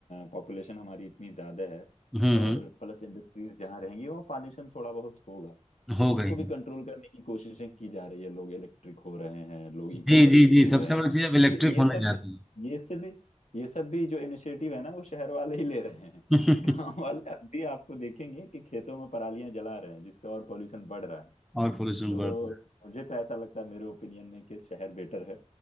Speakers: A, on the left (about 70°); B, in the centre.
A: पॉपुलेशन हमारी इतनी ज़्यादा है
B: हम्म
A: और
B: हम्म
A: प्लस इंडस्ट्रीज जहाँ रहेंगी वहाँ पॉल्यूशन थोड़ा बहुत होगा
B: हो
A: तो उसको
B: गई
A: भी कंट्रोल करने की कोशिशें की जा रही है लोग इलेक्ट्रिक हो रहे हैं लोग इको
B: जी,
A: फ्रेंडली
B: जी, जी,
A: हो
B: सबसे
A: रहे
B: बड़ी
A: हैं
B: चीज़ अब इलेक्ट्रिक
A: ये ये
B: होने
A: सब
B: जा रही
A: ये सब भी ये सब भी जो इनिशिएटिव है ना वो शहर वाले ही ले रहे हैं
B: है
A: <laughs> गांव वाले अब भी आपको देखेंगे कि खेतों में परालियां जला रहे हैं जिससे और पॉल्यूशन बढ़ रहा है
B: <laughs> और पोल्यूशन
A: तो
B: बढ़ रहा है
A: मुझे तो ऐसा लगता है मेरे ओपिनियन में कि शहर बेटर है